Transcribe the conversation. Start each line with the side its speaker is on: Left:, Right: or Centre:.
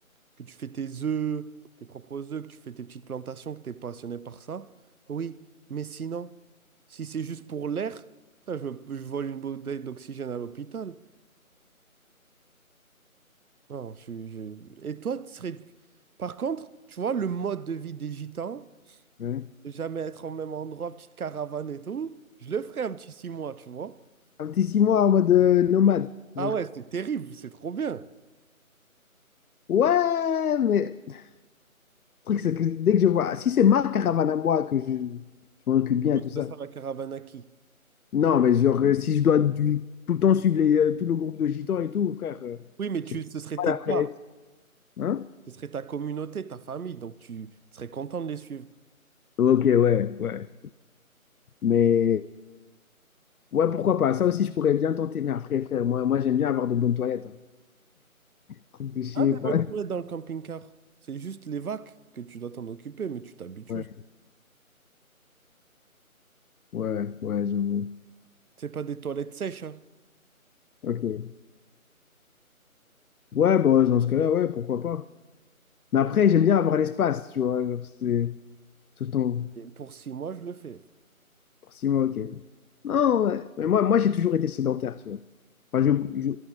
Right: que tu fais tes œufs, tes propres œufs, que tu fais tes petites plantations, que tu es passionné par ça, oui, mais sinon, si c'est juste pour l'air, frère, je me- je vole une bouteille d'oxygène à l'hôpital. Non, je, suis- je- Et toi, tu serais... Par contre, tu vois, le mode de vie des gitans,
Left: Ouais. ouais.
Right: de jamais être au même endroit, petite caravane et tout, je le ferais un petit six mois, tu vois.
Left: un petit six mois en mode euh, nomade. Genre,
Right: Ah ouais, c'est terrible, c'est trop bien.
Left: ouais, mais le truc, c'est que dès que je vois, si c'est ma caravane à moi que je, je m'en occupe bien
Right: Faut
Left: et tout
Right: que
Left: ça.
Right: ce soit la caravane à qui?
Left: Non, mais genre, euh, si je dois du- tout le temps suivre les, euh, tout le groupe de gitans et tout, frère, euh,
Right: Oui, mais
Left: j'ai
Right: tu, ce serait
Left: pas
Right: tes
Left: la
Right: gars,
Left: presse. Hein?
Right: ce serait ta communauté, ta famille, donc tu serais content de les suivre.
Left: Ok, ouais, ouais. Mais, ouais, pourquoi pas? Ça aussi, je pourrais bien tenter. Mais après, frère, moi, moi j'aime bien avoir de bonnes toilettes. hein. Truc de chier,
Right: Ah, des
Left: pas.
Right: bonnes
Left: <laughs>
Right: toilettes dans le camping-car. C'est juste les vagues que tu dois t'en occuper, mais tu t'habitues.
Left: Ouais, ouais, ouais, j'avoue.
Right: C'est pas des toilettes sèches, hein.
Left: Ok. Ouais, bon, dans ce cas-là, ouais, pourquoi pas. Mais après, j'aime bien avoir l'espace, tu vois. Genre, c'est tout le temps.
Right: Et pour six mois, je le fais.
Left: Pour six mois, ok. Non, ouais. Mais moi, moi j'ai toujours été sédentaire, tu vois. Enfin, je, je-